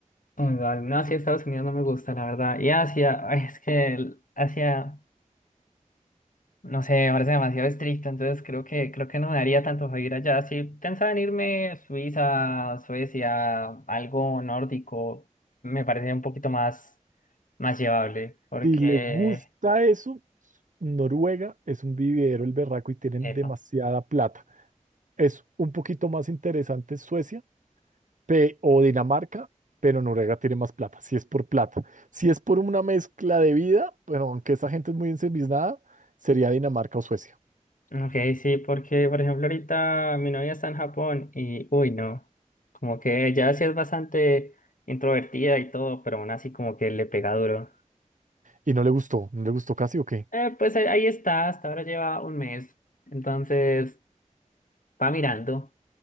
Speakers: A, on the left; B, on the right.
A: O sea, No, sí, Estados Unidos no me gusta, la verdad. Y Asia, <laughs> ay, es que el- Asia. No sé, me parece demasiado estricto, entonces creo que, creo que no me daría tanto para ir allá. Si pensaba en irme a Suiza, Suecia, algo nórdico, me parece un poquito más, más llevable, porque,
B: Si le gusta eso, Noruega es un vividero el berraco y tienen
A: epa.
B: demasiada plata. Es un poquito más interesante Suecia pe- o Dinamarca, pero Noruega tiene más plata, si es por plata. Si es por una mezcla de vida, bueno, aunque esa gente es muy ensimismada, sería Dinamarca o Suecia.
A: Ok, sí, porque por ejemplo ahorita mi novia está en Japón y, uy, no, como que ella sí es bastante introvertida y todo, pero aún así como que le pega duro.
B: Y no le gustó, no le gustó casi o qué.
A: Eh, pues ahí ahí está, hasta ahora lleva un mes, entonces va mirando.